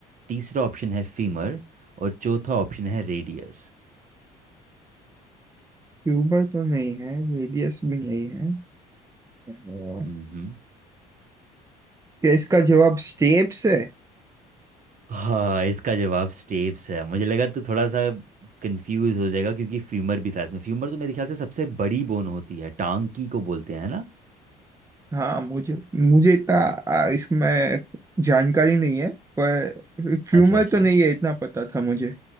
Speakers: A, on the right; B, on the right.
A: तीसरा ऑप्शन है फीमर और चौथा ऑप्शन है रेडियस
B: क्यूबर तो नहीं है रेडियस भी नहीं है अ,
A: हम्म
B: क्या इसका जवाब स्टेप्स है
A: हाँ इसका जवाब स्टेप्स है मुझे लगा तू थोड़ा सा कंफ्यूज हो जाएगा क्योंकि फीमर भी था इसमें फीमर तो मेरे ख्याल से सबसे बड़ी बोन होती है टांग की को बोलते हैं है ना
B: हाँ मुझे मुझे इतना आ, इसमें जानकारी नहीं है पर ह्यूमर
A: अच्छा अच्छा
B: तो नहीं है इतना पता था मुझे